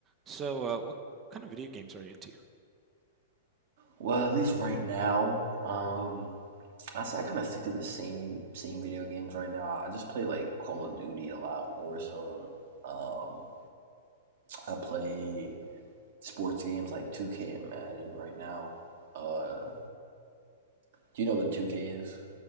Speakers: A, on the right; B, on the right.
A: So, uh, what kind of video games are you into?
B: Well, at least right now, um, I say I kind of stick to the same same video games right now. I just play like Call of Duty a lot, Warzone. Um, I play sports games like 2K and Madden right now. Uh, do you know what 2K is?